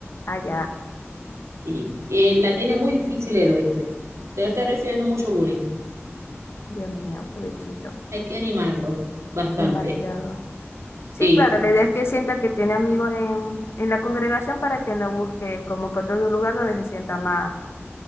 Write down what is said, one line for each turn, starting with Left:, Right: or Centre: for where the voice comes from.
Left: Ah, ya.
Right: Y eh, la tiene muy difícil el oíste. Debe estar recibiendo mucho bullying.
Left: Dios mío, pobrecito.
Right: Hay que animarlo bastante.
Left: Demasiado. Sí,
Right: Sí,
Left: claro, la idea es que sienta que tiene amigos en, en la congregación para que no busque como que otro lugar donde se sienta más,